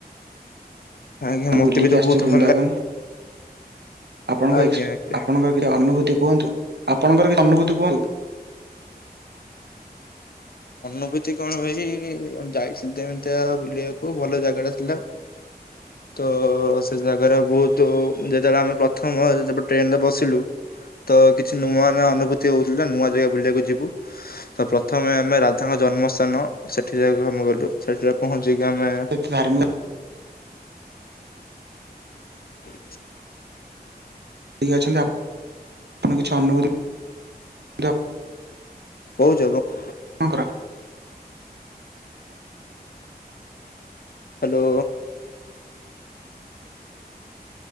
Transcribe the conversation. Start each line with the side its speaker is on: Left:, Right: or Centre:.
Left: ଆଜ୍ଞା
Right: ଆମେ
Left: ମତେ
Right: ବୁଲିକି
Left: ବି ତ
Right: ଆସିଛୁ
Left: ବହୁତ
Right: ବୃନ୍ଦାବନ।
Left: ଭଲ ଲାଗେ
Right: ଆପଣଙ୍କ
Left: ଆଜ୍ଞା
Right: ଏକ୍ସ
Left: ଆଜ୍ଞା।
Right: ଆପଣଙ୍କର କିଛି ଅନୁଭୂତି କୁହନ୍ତୁ
Left: ଅନୁଭୂତି କଣ ଭାଇ ଯାଇଥିଲି ଏମିତିଆ ବୁଲିବାକୁ ଭଲ ଜାଗା ଟା ଥିଲା। ତ ସେ ଜାଗାର ବହୁତୁ ଯେତେବେଳେ ଆମେ ପ୍ରଥମ ଯେ ଟ୍ରେନରେ ବସିଲୁ ତ କିଛି ନୂଆ ନୂଆ ଅନୁଭୂତି ହଉଥିଲା ନୂଆ ଜାଗା ବୁଲିଆକୁ ଯିବୁ ତ ପ୍ରଥମେ ଆ ଆମେ ରାଧାଙ୍କ ଜନ୍ମସ୍ଥାନ ସେଠି ଯାକ ଆମେ ଗଲୁ ସେଠିରେ ପହଞ୍ଚିକି ଆମେ
Right: <unintelligible>
Left: <inaudible>
Right: ଠିକ୍ ଅଛନ୍ତି ଆପ ଆପଣ କିଛି ଅନୁଭୂତି <inaudible> କୁହନ୍ତୁ
Left: କଉ ଜାଗ? <inaudible>
Right: ଆପଣଙ୍କର ଆଜ୍ଞା।
Left: ହାଲୋ।